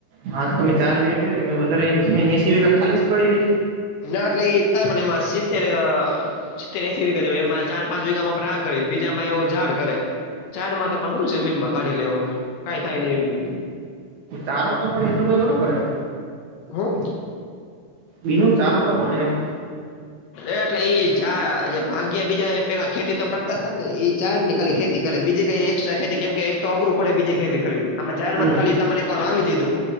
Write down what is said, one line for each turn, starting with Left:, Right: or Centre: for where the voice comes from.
Right: હા તો તમે ચાર બીગા કે વધારે એસી વીઘા ખાલી જ પડી રહે.?
Left: ના એટલે એ થાય પણ એમાં સિત્તેર સિત્તેર એસી વીઘા જોયે, એમાં ચાર પાંચ વીગામાં પર આ કરે છે, બીજામાં એવું ઝાડ કરે. ચાર મા પણ હું જમીનમાં કાઢી લેવાનું કઈ થાય ને એવી બધી?
Right: તારો તો પણ એટલો બધો ઘણો કરાય?
Left: હા.
Right: બીજું ચારો કરવોને એમ.?
Left: એટલે ઈ જા ભાગ્યા બીજા પેલા ખેતી તો કરતા તા ને એ ઝાડની ખાલી ખેતી બીજી કઈ એકસ્ટા ખેતી? કેમ કે એક તો અઘરું પડે બીજી ખેતી કરવી જાહેરમાં
Right: હમ
Left: ખાલી તમા એક વાર વાવી દીધું.